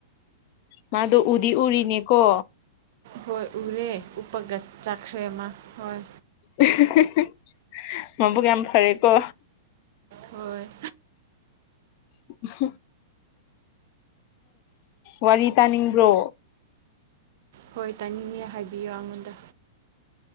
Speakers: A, on the left; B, on the right.
A: ꯃꯥꯗꯨ ꯎꯗꯤ-ꯎꯔꯤꯅꯤꯀꯣ
B: ꯍꯣꯏ ꯎꯏꯌꯦ ꯎꯞꯄꯒ ꯆꯥꯛꯈ꯭ꯔꯦ ꯃꯥ ꯍꯣꯏ
A: ꯢꯍꯤ ꯍꯤꯍꯤ ꯃꯕꯨꯛ ꯌꯥꯝ ꯐꯔꯦꯀꯣ
B: ꯍꯣꯑꯣꯏ
A: INAUDIBLE ꯋꯥꯔꯤ ꯇꯥꯅꯤꯡꯕ꯭ꯔꯣ
B: ꯍꯣꯏ ꯇꯥꯅꯤꯡꯉꯦ ꯍꯥꯏꯕꯤꯌꯨ ꯌꯉꯣꯟꯗ